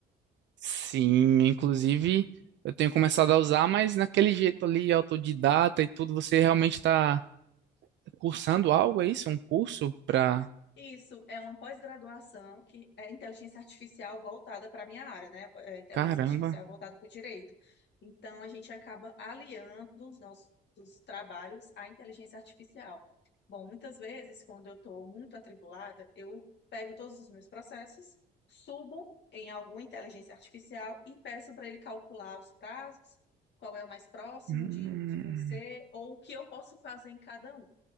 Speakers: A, on the right; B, on the left.
A: Sim, inclusive eu tenho começado a usar, mas naquele jeito ali, autodidata e tudo, você realmente está cursando algo, é isso? Um curso pra.
B: Isso é uma pós-graduação que é inteligência artificial voltada para a minha área, né? É inteligência
A: Caramba.
B: artificial voltada para o direito. Então, a gente acaba aliando os nossos trabalhos à inteligência artificial. Bom, muitas vezes, quando eu estou muito atribulada, eu pego todos os meus processos, subo em alguma inteligência artificial e peço para ele calcular os prazos, qual é o mais próximo
A: Hum.
B: de, de vencer, ou o que eu posso fazer em cada um.